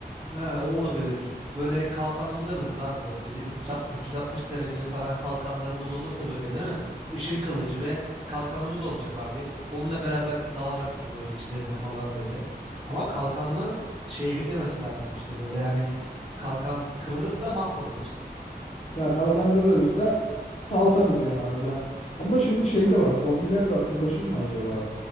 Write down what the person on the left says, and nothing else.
Ya kalkan kalırsa kalkarız yani oradan. Ama şimdi şey de var. Zombiler de akıllaşır mı acaba?